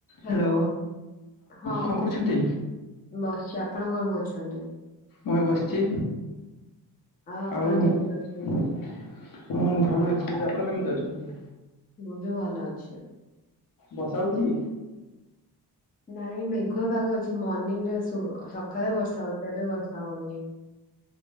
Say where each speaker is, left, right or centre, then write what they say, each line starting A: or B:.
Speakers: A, on the left; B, on the left.
A: ହାଲୋ
B: Hello
A: ହଁ
B: କଣ କରୁଛନ୍ତି?
A: ବସଛୁ ଆପଣ କଣ କରୁଛନ୍ତି?
B: ମୁ ଏ ବସଛି
A: ଆପଣ
B: ଆଉ।
A: କେମିତି ଅଛନ୍ତି?
B: ମୁଁ ଭଲ ଅଛି ଆପଣ କେମିତି ଅଛନ୍ତି?
A: ମୁଁ ବି ଭଲ ଅଛି।
B: ବର୍ଷା ହଉଚି?
A: ନାଇଁ ମେଘୁଆ ପାଗ ଅଛି ମର୍ନିଂ ରେ ସୁ ସଖାଳେ ବର୍ଷା ହଉଥିଲା ଏବେ ବର୍ଷା ହଉନି।